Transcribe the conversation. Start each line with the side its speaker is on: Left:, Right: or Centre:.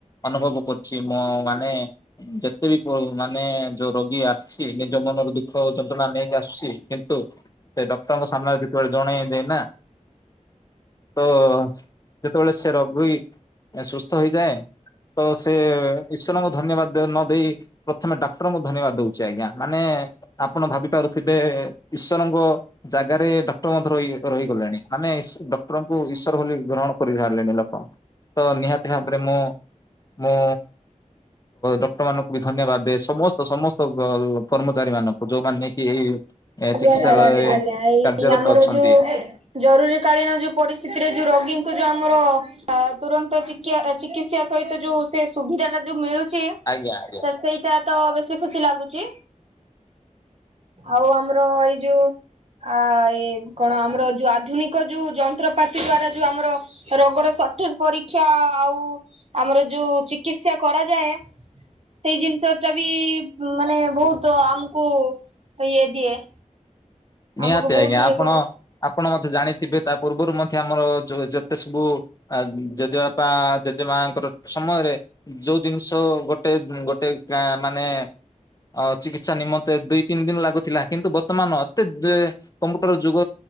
Left: ଅନୁଭବ କରୁଛି ମୋ ମାନେ ଯେତେ ବି ମାନେ ଯୋଉ ରୋଗୀ ଆସ ଛି ନିଜ ମନରୁ ଦୁଃଖ ଯନ୍ତ୍ରଣା ନେଇକି ଆସିଛି କିନ୍ତୁ ସେ ଡକ୍ଟରଙ୍କ ସାମ୍ନାରେ ଯେତେବେଳେ ଜଣେଇ ଦେ ନା ତ ଯେତେବେଳେ ସେ ରୋଗ ବି ସୁସ୍ଥ ହେଇଯାଏ। ତ ସେ ଈଶ୍ଵରଙ୍କୁ ଧନ୍ୟବାଦ ନ ଦେଇ ପ୍ରଥମେ ଡାକ୍ତରଙ୍କୁ ଧନ୍ୟବାଦ ଦଉଛି ଆଜ୍ଞା ମାନେ ଆପଣ ଭାବି ପାରୁଥିବେ ଈଶ୍ୱରଙ୍କ ଜାଗାରେ ର ରହିଗଲେଣି ମାନେ ଡକ୍ଟରଙ୍କୁ ଈଶ୍ୱର ବୋଲି ଗ୍ରହଣ କରିସାରିଲେଣି ଲୋକ ତ ନିହାତି ଭାବରେ ମୁଁ, ମୁଁ ଡକ୍ଟର ମାନଙ୍କୁ ବି ଧନ୍ୟବାଦ ଦେ ସମସ୍ତ ସମସ୍ତ କର୍ମଚାରୀ ମାନଙ୍କୁ ଯୋଉମାନୋନ କି ଏଇ
Right: ଆଜ୍ଞା
Left: ଚିକିତ୍ସାଳୟରେ
Right: ସାରା ଆଜ୍ଞା ଏଇ
Left: କାର୍ଯ୍ୟରତ
Right: ଆମର
Left: ଅଛନ୍ତି
Right: ଯୋଉ ଜରୁରୀ କାଳୀନ ଯୋଉ ପରିସ୍ଥିତିରେ ଯୋଉ ରୋଗୀଙ୍କୁ ଯୋଉ ଆମର ତୁରନ୍ତ ଚିକିତ୍ସା ସହିତ ଯୋଉ ସେ ସୁବିଧା ଟା ଯୋଉ ମିଳୁଛି
Left: ଆଜ୍ଞା ଆଜ୍ଞା।
Right: ସେଇଟା ତ ବେଶୀ ଖୁସି ଲାଗୁଛି। ଆଉ ଆମର ଏଇ ଯୋଉ ଆ ଏଇ କଣ ଆମର ଯୋଉ ଆଧୁନିକ ଯୋଉ ଯନ୍ତ୍ରପାତି, ଦ୍ଵାରା ଯୋଉ ଆମର ରୋଗର ସଠିକ ପରୀକ୍ଷା ଆଉ ଆମର ଯୋଉ ଚିକିତ୍ସା କରାଯାଏ। ସେଇ ଜିନିଷ ଟା ବି ମାନେ ବହୁତ ଆମକୁ ଇଏ ଦିଏ।
Left: ନିହାତି
Right: ଆମକୁ ବହୁତ
Left: ଆଜ୍ଞା ଆପଣ
Right: ଇଏ କରେ।
Left: ଆପଣ ମତେ ଜାଣିଥିବେ ତା ପୂର୍ବରୁ ମଧ୍ୟ ଆମର ଯେତେ ସବୁ ଜେଜେବାପା ଜେଜେ ମାଙ୍କର ସମୟ ଯୋଉ ଜିନିଷ ଗୋଟେ ଗୋଟେ ଗାଁ ମାନେ ଅ ଚିକିତ୍ସା ନିମନ୍ତେ ଦୁଇ ତିନି ଦିନ ଲାଗୁଥିଲା କିନ୍ତୁ ବର୍ତ୍ତମାନ କମ୍ପ୍ୟୁଟର ଯୁଗ